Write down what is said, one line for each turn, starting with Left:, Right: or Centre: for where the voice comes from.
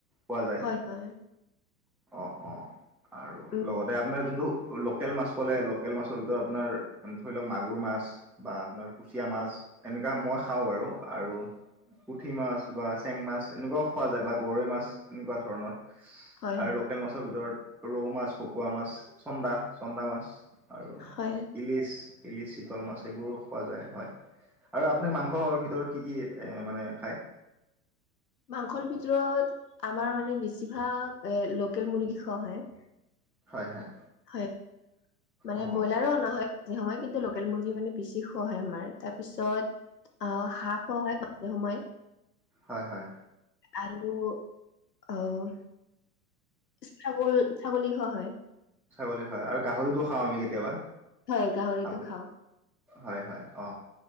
Centre: পোৱা যায়
Left: হয় হয়
Centre: অ অ আৰু
Left: উম
Centre: লগতে আপোনাৰ যোনটো লোকেল মাছ কলে লোকেল মাছৰ ভিতৰত আপোনাৰ ধৰি লওক মাগুৰ মাছ, বা আপোনাৰ কুচিয়া মাছ এনেকা মই খাওঁ বাৰু আৰু পুঠি মাছ বা চেং মাছ এনেকুৱাও খোৱা যায় বা গৰৈ মাছ এনেকুৱা ধৰণৰ।
Left: হয়
Centre: আৰু
Left: হয়
Centre: লোকেল মাছৰ ভিতৰত ৰৌ মাছ, ভকুৱা মাছ, চন্দা চন্দা মাছ আৰু
Left: হয়
Centre: ইলিচ ইলিচ চিতল মাছ সেইবোৰো খোৱা যায় হয় আৰু আপুনি মাংসৰ ভিতৰত কি কি এ মানে খায়?
Left: মাংসৰ ভিতৰত আমাৰ মানে বেছিভাগ এ লোকেল মুৰ্গী খোৱা হয়।
Centre: হয় হয়
Left: হয় মানে
Centre: অ
Left: ব্ৰইলাৰো অনা হয় একে সময় কিন্তু লোকেল মুৰ্গী মানে বেছি খোৱা হয় আমাৰ তাৰপিছত অ হাঁহ হয় মাজে সময়
Centre: হয় হয়
Left: আৰু অহ ছাগল ছাগলী খোৱা হয়
Centre: ছাগলী খোৱা আৰু গাহৰিটো খাওঁ আমি কেতিয়াবা
Left: হয় গাহৰিটো
Centre: আপু-
Left: খাওঁ
Centre: হয় হয় অ